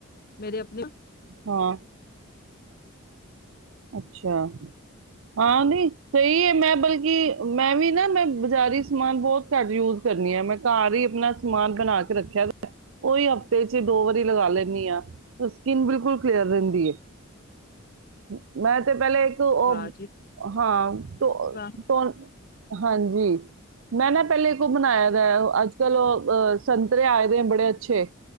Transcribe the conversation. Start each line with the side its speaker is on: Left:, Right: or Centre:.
Left: ਮੇਰੇ ਅਪ
Right: ਹਮ <inaudible> ਹਾਂ ਅਛਾ ਹਾਂ ਨਹੀਂ ਸਹੀ ਹੈ ਮੈਂ ਬਲਕਿ ਮੈਂ ਵੀ ਨਾ ਮੈਂ ਬਜ਼ਾਰੀ ਸਮਾਨ ਬਹੁਤ ਘੱਟ ਯੂਜ ਕਰਨੀ ਆ, ਮੈਂ ਘਰ ਹੀ ਆਪਣਾ ਸਮਾਨ ਬਣਾ ਕੇ ਰੱਖਿਆ। ਓਹੀ ਹਫ਼ਤੇ ਚ ਦੋ ਵਾਰੀ ਲਗਾ ਲੈਦੀ ਹ, ਸਕਿਨ ਬਿਲਕੁਲ ਕਲੀਅਰ ਰਹਿੰਦੀ ਹੈ। ਮੈਂ ਤੇ ਪਹਿਲੇ <unintelligible> ਉਹ
Left: ਵਾਹ ਜੀ
Right: ਹਾਂ ੋ <unintelligible>
Left: ਵਾਹ
Right: ਹਾਂਜੀ ਮੈਂ ਨਾ ਪਹਲੇ <unintelligible> ਬਨਾਯਾ ਦਾ ਹੈ, ਅੱਜ ਕੱਲ ਉਹ ਹ ਸੰਤਰੇ ਆਏ ਦੇ ਬੜੇ ਅਛ ਛੇ